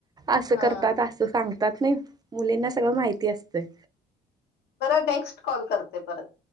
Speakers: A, on the right; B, on the left.
A: असं
B: हा
A: करतात असं सांगतात नाही मुलींना सगळं माहिती असतंय.
B: बर नेक्स्ट कॉल करते परत.